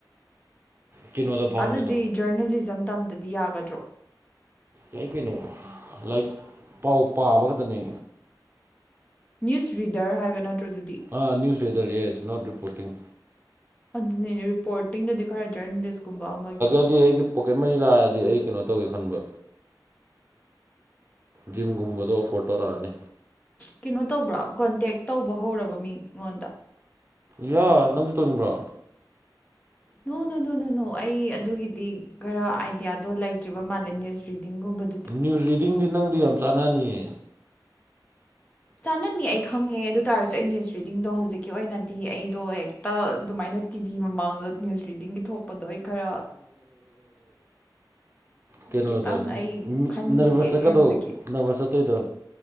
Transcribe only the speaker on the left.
ꯑꯗꯨꯗꯤ ꯖꯔꯅꯦꯂꯤꯖꯝ ꯇꯝꯗꯗꯤ ꯌꯥꯒꯗ꯭ꯔꯣ
ꯅ꯭ꯌꯨꯁ ꯔꯤꯗꯔ ꯍꯥꯏꯕ ꯅꯠꯇ꯭ꯔꯣ ꯑꯗꯨꯗꯤ
ꯑꯗꯨꯅꯦ ꯔꯤꯄꯣꯔꯇꯤꯡꯗꯗꯤ ꯈꯔ ꯖꯔꯅꯦꯂꯤꯁꯀꯨꯝꯕ ꯑꯃꯒꯤ
ꯀꯤꯅꯣ ꯇꯧꯕ꯭ꯔꯣ ꯀꯣꯟꯇꯦꯛ ꯇꯧꯕ ꯍꯧꯔꯕ ꯃꯤꯉꯣꯟꯗ
ꯅꯣ ꯅꯣ ꯅꯣ ꯅꯣ ꯅꯣ ꯑꯩ ꯑꯗꯨꯒꯤꯗꯤ ꯈꯔ ꯑꯥꯏꯗꯤꯌꯥꯗꯣ ꯂꯩꯇ꯭ꯔꯤꯕ ꯃꯥꯜꯂꯦ ꯅ꯭ꯌꯨꯁ ꯔꯤꯗꯤꯡꯒꯨꯝꯕꯗ
ꯆꯥꯅꯅꯤ ꯑꯩ ꯈꯪꯉꯦ ꯑꯗꯨ ꯇꯥꯔꯁꯨ ꯑꯩ ꯅ꯭ꯌꯨꯁ ꯔꯤꯗꯤꯡꯗꯣ ꯍꯧꯖꯤꯛꯀꯤ ꯑꯣꯏꯅꯗꯤ ꯑꯩꯗꯣ ꯍꯦꯛ ꯇ ꯑꯗꯨꯃꯥꯏꯅ ꯇꯤꯚꯤ ꯃꯃꯥꯡꯗ ꯅ꯭ꯌꯨꯁ ꯔꯤꯗꯤꯡꯒꯤ ꯊꯣꯛꯄꯗꯣ ꯑꯩ ꯈꯔ
ꯈꯤꯇꯪ ꯑꯩ ꯈꯟꯈꯤꯒꯦ
ꯍꯧꯖꯤꯛꯀꯤ